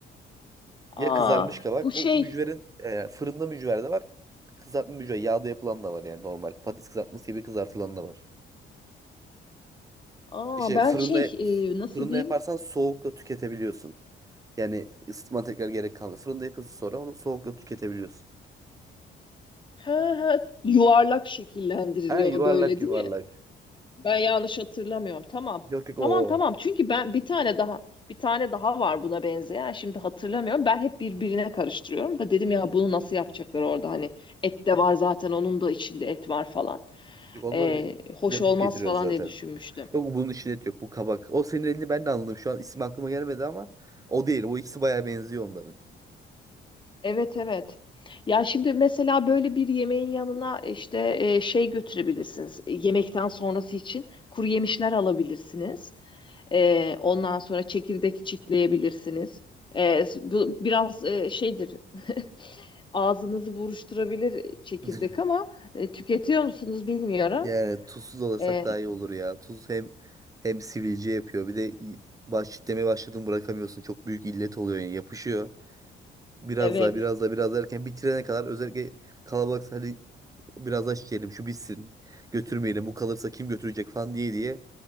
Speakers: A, on the left; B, on the right.
A: Aa
B: Ya kızarmış kabak.
A: bu şey.
B: Bu mücverin e, fırında mücver de var. Kızartma mücver. Yağda yapılan da var yani normal. Patates kızartması gibi kızartılan da var.
A: Aa
B: İşte
A: ben
B: fırında
A: şey e,
B: f-
A: nasıl
B: fırında
A: diyeyim?
B: yaparsan soğukla tüketebiliyorsun. Yani ısıtma tekrar gerek kalmıyor. Fırında yapıyorsun sonra onu soğukla tüketebiliyorsun.
A: He he yuvarlak şekillendiriliyor
B: Ha yuvarlak
A: böyle
B: yuvarlak.
A: değil mi? Ben yanlış hatırlamıyorum. Tamam.
B: Yok yok
A: Tamam
B: o.
A: tamam. Çünkü ben bir tane daha bir tane daha var buna benzeyen. Şimdi hatırlamıyorum. Ben hep birbirine karıştırıyorum da dedim ya bunu nasıl yapacaklar orada hani et de var zaten onun da içinde et var falan.
B: Yok, onları
A: Ee, hoş
B: yapıp
A: olmaz
B: getiriyoruz
A: falan
B: zaten.
A: diye düşünmüştüm.
B: Yok bunun içinde et yok bu kabak. O senin elini ben de anladım. Şu an isim aklıma gelmedi ama o değil. O ikisi bayağı benziyor onların.
A: Evet evet. Ya şimdi mesela böyle bir yemeğin yanına işte e, şey götürebilirsiniz. E, Yemekten sonrası için kuru yemişler alabilirsiniz. E, ondan sonra çekirdek çitleyebilirsiniz. E, bu biraz e, şeydir. <laughs> Ağzınızı buruşturabilir çekirdek
B: <laughs>
A: ama e, tüketiyor musunuz bilmiyorum.
B: Yani tuzsuz alırsak
A: E,
B: daha iyi olur ya. Tuz hem hem sivilce yapıyor. Bir de baş, demeye başladın bırakamıyorsun. Çok büyük illet oluyor yani yapışıyor. Biraz
A: evet.
B: daha biraz daha biraz daha erken bitirene kadar özellikle kalabalıksa hadi biraz daha içelim şu bitsin. Götürmeyelim bu kalırsa kim götürecek falan diye diye.